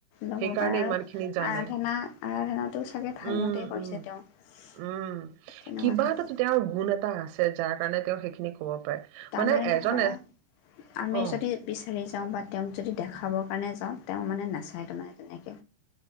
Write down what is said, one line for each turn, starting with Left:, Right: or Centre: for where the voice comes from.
Left: ল'ব
Right: সেইকাৰণে
Left: পাৰে আৰু
Right: ইমান খিনি জানে
Left: আৰাধনা আৰাধনা টো চাগে ভালমতেই
Right: উম
Left: কৰিছে
Right: উম
Left: তেওঁ তেনেকুৱা
Right: উম কিবা
Left: থাকে।
Right: এটা তেওঁৰ গুণ এটা আছে যাৰ কাৰণে তেওঁ সেইখিনি ক'ব পাৰে।
Left: তাৰমানে
Right: মানে এজন
Left: ধৰা আমি
Right: অ
Left: যদি বিচাৰি যাওঁ বা তেওঁক যদি দেখাব মানে যাওঁ তেওঁ মানে নাচায় তাৰমানে তেনেক